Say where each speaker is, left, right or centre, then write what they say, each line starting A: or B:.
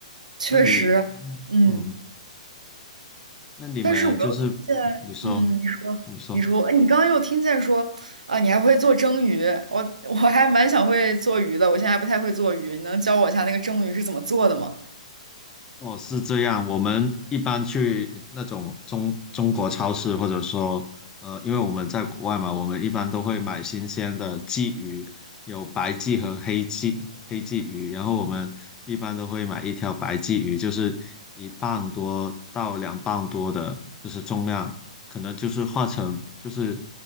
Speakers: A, on the right; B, on the left.
A: 确实啊，
B: 那你，
A: 嗯。
B: 嗯，那你们就是嗯你说，
A: 但是我又听见，嗯，你说，
B: 你说。
A: 你说，哎你刚刚又听见说啊，你还会做蒸鱼，我我还蛮想会做鱼的，我现在还不太会做鱼，你能教我一下那个蒸鱼是怎么做的吗？
B: 哦，是这样。我们一般去那种中中国超市，或者说，呃，因为我们在国外嘛，我们一般都会买新鲜的鲫鱼，有白鲫和黑鲫黑鲫鱼。然后我们一般都会买一条白鲫鱼，就是一磅多到两磅多的，就是重量，可能就是化成就是